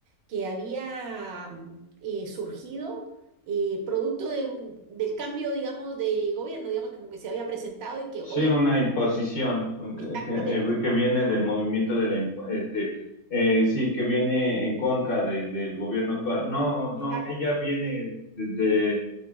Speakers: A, on the right; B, on the left.
A: que había mm, eh, surgido eh, producto de un- del cambio, digamos, de gobierno, digamos, como que se había presentado y que
B: Sí,
A: obviamente...
B: una imposición
A: Exactamente.
B: que, eh, que viene del movimiento de la, imp- este, eh, sí, que viene en contra de- del gobierno actual. No, no,
A: exacto.
B: ella viene desde